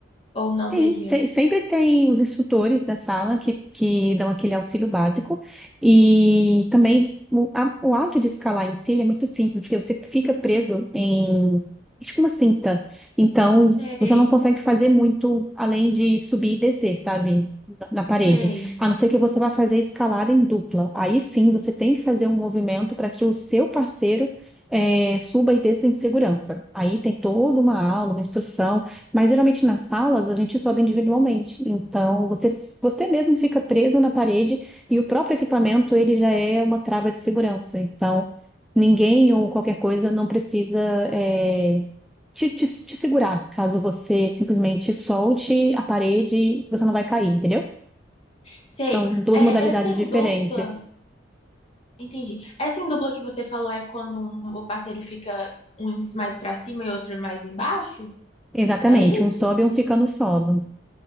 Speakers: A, on the left (about 30°); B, in the centre.
A: Ou não
B: Sim,
A: teria?
B: se- sempre tem os instrutores da sala que, que dão aquele auxílio básico e também o, a- o ato de escalar em si ele é muito simples, porque você fica preso em tipo uma cinta. Então,
A: Sei,
B: você não consegue fazer muito além de subir e descer, sabe? Na na parede.
A: sei,
B: A não ser que você vá fazer escalada em dupla. Aí sim, você tem que fazer um movimento para que o seu parceiro eh, suba e desça em segurança. Aí tem toda uma aula, uma instrução mas geralmente nas salas a gente sobe individualmente. Então você você mesmo fica preso na parede e o próprio equipamento ele já é uma trava de segurança. Então ninguém ou qualquer coisa não precisa é, te, te, te segurar caso você simplesmente solte a parede, você não vai cair, entendeu?
A: sei.
B: São duas
A: É,
B: modalidades
A: essa em
B: diferentes.
A: dupla. Entendi. Essa em dupla que você falou é quando um- um- o parceiro fica um mais pra cima e outro mais embaixo?
B: Exatamente,
A: É isso?
B: um sobe e um fica no solo.
A: Hum.